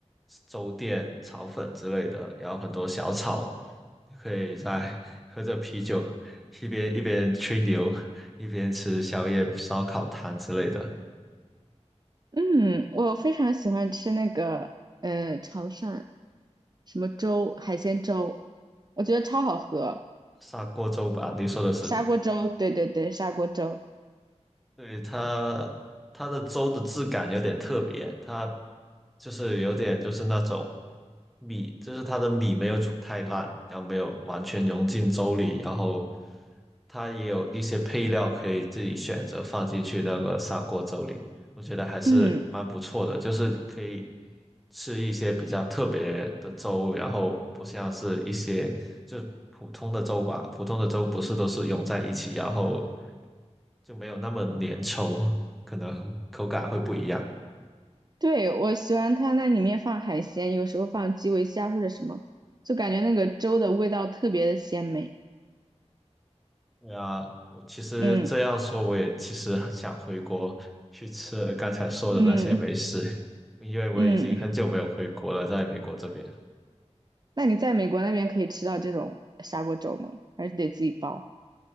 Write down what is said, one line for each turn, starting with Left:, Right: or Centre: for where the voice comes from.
Centre: 粥店、炒粉之类的，然后很多小炒，你可以在 <laughs> 喝着啤酒，一边一边吹牛，一边吃宵夜、烧烤摊之类的。
Right: 嗯，我非常喜欢吃那个呃潮汕什么粥，海鲜粥，我觉得超好喝。
Centre: 砂锅粥吧，你说的是？
Right: 砂锅粥，对对对，砂锅粥。
Centre: 对它，它的粥的质感有点特别，它就是有点就是那种米，就是它的米没有煮太烂，然后没有完全融进粥里，然后它也有一些配料可以自己选择放进去那个砂锅粥里，我觉得还是蛮不错的，
Right: 嗯，
Centre: 就是可以吃一些比较特别的粥，然后不像是一些就普通的粥吧，普通的粥不是都是融在一起，然后就没有那么粘稠，可能口感会不一样。
Right: 对，我喜欢它那里面放海鲜，有时候放基围虾或者什么，就感觉那个粥的味道特别的鲜美。
Centre: 对啊，我其实这样说，
Right: 嗯
Centre: 我也其实想回国去吃刚才说的那些美食，
Right: 嗯
Centre: 因为我已经很久没有回国了，
Right: 嗯，
Centre: 在美国这边
Right: 那你在美国那边可以吃到这种砂锅粥吗？还是得自己煲？